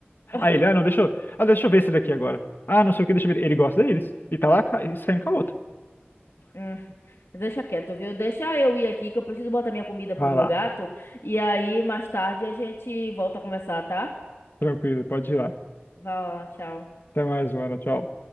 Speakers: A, on the left (about 80°); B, on the left (about 55°).
A: Ah,
B: Aí ele, ah, não, deixa eu, ah, deixa eu ver essa daqui agora. Ah, não sei o que, deixa eu ver. Ele gosta da Iris. E tá lá ca- e saindo com a outra.
A: hum. Deixa quieto, viu? Deixa eu ir aqui que eu preciso botar minha comida
B: Vai
A: pro meu
B: lá,
A: gato. E aí, mais tarde, a gente volta a conversar, tá?
B: tranquilo, pode ir lá.
A: Vai lá, tchau.
B: Até mais, mano, tchau.